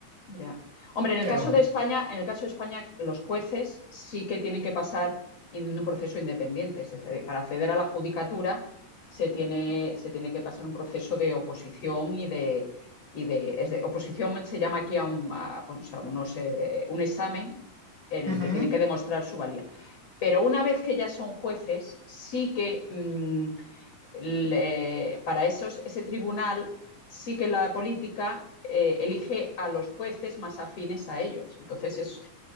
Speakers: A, on the left (about 50°); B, on the right (about 35°).
A: ya. Hombre, en
B: Pero
A: el caso
B: uh
A: de España, en el caso de España, los jueces sí que tienen que pasar en un proceso independiente. Es decir, para acceder a la judicatura se tiene, se tiene que pasar un proceso de oposición y de, y de, es de oposición se llama aquí a, un, a, bueno, a unos, eh, un examen en el
B: -huh,
A: que tienen que demostrar su valía. Pero una vez que ya son jueces, sí que mm, le- para esos, ese tribunal, sí que la política eh, elige a los jueces más afines a ellos. Entonces es,